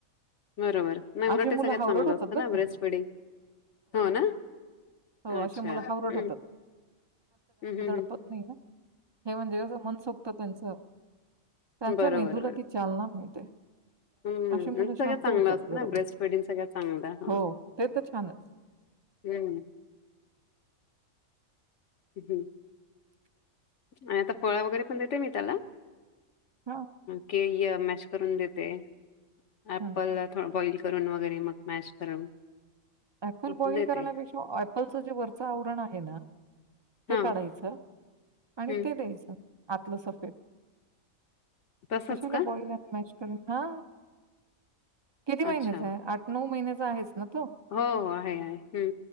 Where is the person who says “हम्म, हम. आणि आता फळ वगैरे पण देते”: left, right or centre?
Left